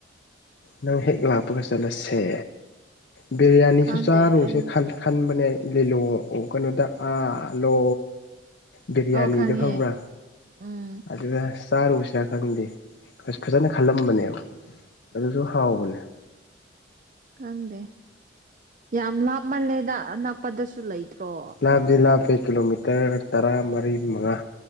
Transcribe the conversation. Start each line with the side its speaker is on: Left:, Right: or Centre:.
Left: ꯅꯪ ꯍꯦꯛ ꯂꯥꯛꯄꯒ ꯆꯠꯂꯁꯦ ꯕꯤꯔꯌꯥꯅꯤꯁꯨ
Right: ꯈꯪꯗꯦ
Left: ꯆꯥꯔꯨꯁꯦ
Right: ꯑꯩ
Left: ꯈꯜ ꯈꯟꯕꯅꯦ ꯂꯤꯂꯣ ꯀꯩꯅꯣꯗ ꯑꯥ ꯂꯣ ꯕꯤꯔꯌꯥꯅꯤꯗꯣ
Right: ꯑꯣ ꯈꯪꯉꯦ
Left: ꯈꯪꯕ꯭ꯔꯥ
Right: ꯎꯝ
Left: ꯑꯗꯨꯋ ꯆꯥꯔꯨꯁꯤꯔꯥ ꯈꯪꯗꯦ ꯐꯖꯅ ꯈꯜꯂꯝꯕꯅꯦꯕ꯫ ꯑꯗꯨꯁꯨ ꯍꯥꯎꯕꯅꯦ꯫
Right: ꯈꯪꯗꯦ ꯌꯥꯝ ꯂꯥꯞꯃꯜꯂꯦꯗ ꯑꯅꯛꯄꯗꯁꯨ ꯂꯩꯇ꯭ꯔꯣ꯫
Left: ꯂꯥꯕꯗꯤ ꯂꯥꯞꯄꯦ ꯀꯤꯂꯣꯃꯤꯇꯔ ꯇꯔꯥ ꯃꯔꯤ ꯃꯉꯥ